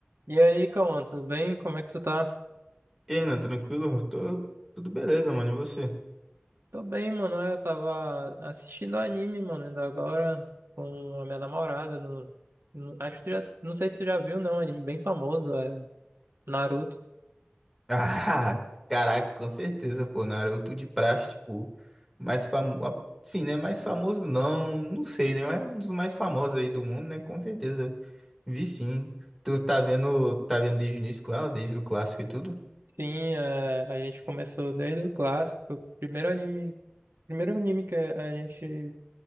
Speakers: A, on the right; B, in the centre.
A: E aí, Cauã, tudo bem? Como é que tu tá?
B: E aí, Renan, tranquilo? Tô tudo beleza, mano. E você? <laughs>
A: Tô bem, mano. Eu tava assistindo anime, mano, ainda agora com a minha namorada. No, no- acho que tu já, não sei se tu já viu, não. Anime bem famoso, é Naruto.
B: Ah, caraca, com certeza, pô, Naruto de praxe, tipo, mais famoso. Sim, né? Mais famoso não, não sei, né? Mas é um dos mais famosos aí do mundo, né? Com certeza. Vi sim. Tu tá vendo, tá vendo desde o início com ela, desde o clássico e tudo?
A: Sim, é, a gente começou desde o clássico, foi o primeiro anime, primeiro anime que a gente